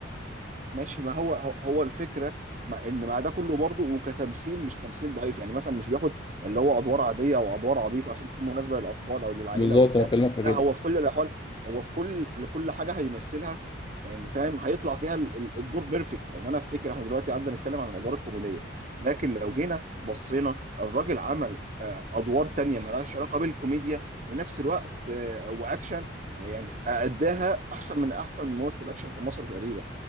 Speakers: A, on the right; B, on the left.
A: ماشي ما هو هو الفكره ما ان مع ده كله برضه وكتمثيل مش تمثيل ضعيف يعني مثلا مش بياخد اللي هو ادوار عاديه او ادوار عبيطه عشان تكون مناسبه للاطفال او للعائله
B: بالظبط
A: وبتاع
B: انا بكلمك في
A: لا
B: كده
A: هو في كل الاحوال هو في كل لكل حاجه هيمثلها يعني فاهم هيطلع فيها ال- ال- الدور بيرفكت يعني انا افتكر احنا دلوقتي قعدنا نتكلم عن الادوار الكوميديه لكن لو جينا بصينا الراجل عمل آه، ادوار تانية مالهاش علاقه بالكوميديا في نفس الوقت آه، واكشن آه، يعني اداها احسن من احسن ممثل اكشن في مصر تقريبا